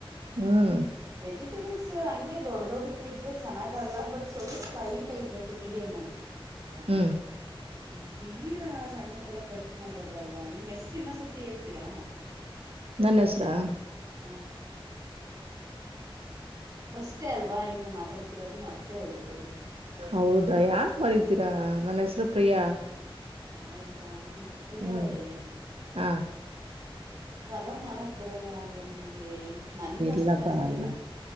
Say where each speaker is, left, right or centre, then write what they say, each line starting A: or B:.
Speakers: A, on the right; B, on the right.
A: ಹ್ಮ್
B: ವೆಜಿಟೇಬಲ್ಸ್ ಹಂಗಗೆ ದೊಡ್ ದೊಡ್ಡ.. ಕ್ಕಿದ್ರೆ ಚೆನ್ನಾಗಲ್ಲ ಬಟ್ ಸ್ವಲ್ಪ ಲೈಟ್ ಆಗಿರ್ಬೇಕು ಮೀಡಿಯಮ್ ಆಗಿ.
A: ಹ್ಮ್.
B: ಹ್ಮ್ ತೀರಾ ಸಣ್ಣಕ್ಕೆಲ್ಲಾ ಕಟ್ ಮಾಡ್ಬಾರ್ದಲ್ವಾ ನಿಮ್ ಹೆಸ್ರು ಇನ್ನ ಸತಿ ಹೇಳ್ತೀರಾ..
A: ನನ್ನ ಹೆಸರಾ..
B: ಹಾ. ಫಸ್ ಅಲ್ವಾ ಇನ್ನು ಮಾತಾಡ್ತಿರೋದು ಮರ್ತೇ ಹೋಗತಿರಿ..
A: ಹೌದಾ ಯಾರ್ ಮರಿತೀರಾ ನನ್ನ ಹೆಸರು ಪ್ರಿಯಾ..
B: ಹೌದಾ. ಪ್ರಿಯಾ
A: ಹ್ಮ್
B: ಅವ್ರೇ
A: ಹಾ..
B: ಪಲಾವ್ ಮಾಡಕ್ ಬರಲ್ಲ ಅಲ್ವಾ ನಿಮಗೆ.. ನನಗೂ ಅಷ್ಟು
A: ಇಲ್ಲ
B: ಕಷ್ಟ
A: ಬರಲ್ಲ
B: ರೀ